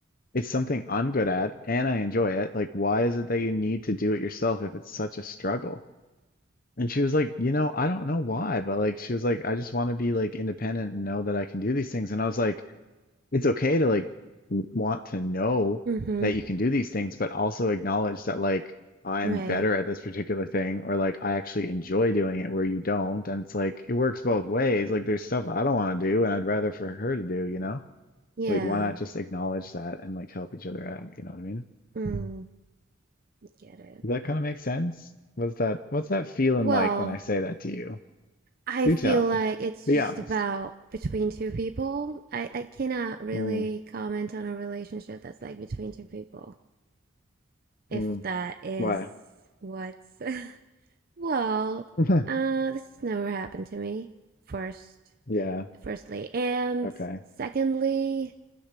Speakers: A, on the left (about 45°); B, on the right (about 50°).
A: it's something I'm good at and I enjoy it. Like why is it that you need to do it yourself if it's such a struggle? And she was like, you know, I don't know why, but like she was like, I just want to be like independent and know that I can do these things. And I was like, it's okay to like w- want to know
B: Mm-hmm.
A: that you can do these things, but also acknowledge that like I
B: Right.
A: am better at this particular thing or like I actually enjoy doing it where you don't. And it's like it works both ways. Like there's stuff I don't want to do and I'd rather for her to do, you know?
B: Yeah.
A: Like why not just acknowledge that and like help each other out, you know what I mean?
B: Mm, get it.
A: Does that kind of make sense? What's that what's that feeling
B: Well,
A: like when I say that to you?
B: I
A: Do
B: feel
A: tell.
B: like it's
A: Be
B: just
A: honest.
B: about between two people. I, I cannot really
A: Mm,
B: comment on a relationship that's like between two people, if
A: mm,
B: that is
A: what?
B: what's <laughs> well,
A: <laughs>
B: uh, this has never happened to me, first,
A: Yeah.
B: firstly. And
A: Okay.
B: secondly,